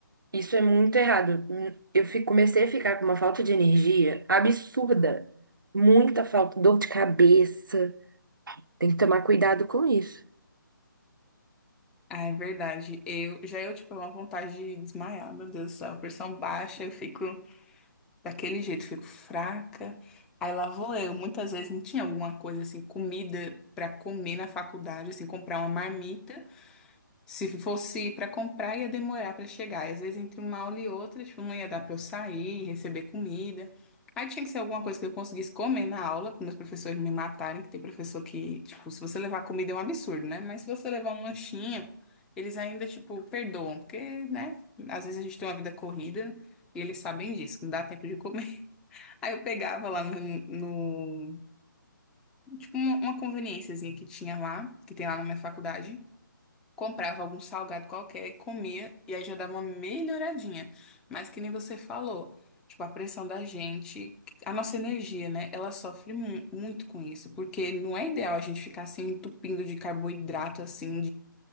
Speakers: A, on the right; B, in the centre.
A: Isso é muito errado. Hum, Eu fi- comecei a ficar com uma falta de energia absurda. Muita falta, dor de cabeça. Tem que tomar cuidado com isso.
B: Ah, é verdade. Eu já eu tive uma vontade de desmaiar, meu Deus do céu. Pressão baixa, eu fico daquele jeito, fico fraca. Aí lá vou eu. Muitas vezes não tinha alguma coisa assim, comida pra comer na faculdade, assim, comprar uma marmita. Se fosse para comprar, ia demorar para chegar. E às vezes, entre uma aula e outra, tipo, não ia dar para eu sair, receber comida. Aí tinha que ser alguma coisa que eu conseguisse comer na aula, para meus professores não me matarem, que tem professor que, tipo, se você levar comida é um absurdo, né? Mas se você levar um lanchinho, eles ainda, tipo, perdoam, porque, né? Às vezes a gente tem uma vida corrida e eles sabem disso, que não dá tempo de comer. <laughs> Aí eu pegava lá no, no- tipo, uma, uma conveniênciazinha que tinha lá, que tem lá na minha faculdade comprava algum salgado qualquer e comia, e aí já dava uma melhoradinha. Mas que nem você falou, tipo, a pressão da gente, a nossa energia, né? Ela sofre mu- muito com isso, porque não é ideal a gente ficar se entupindo de carboidrato, assim,